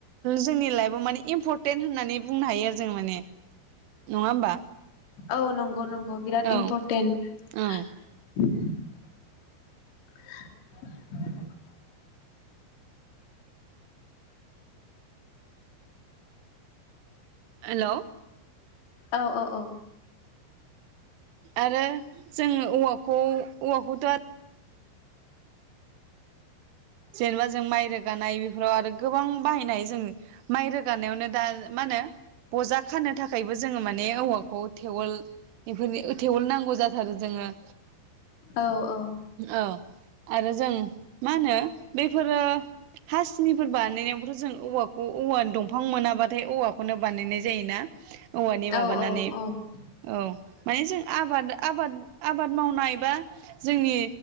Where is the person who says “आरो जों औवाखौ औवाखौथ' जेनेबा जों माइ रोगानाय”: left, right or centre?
Right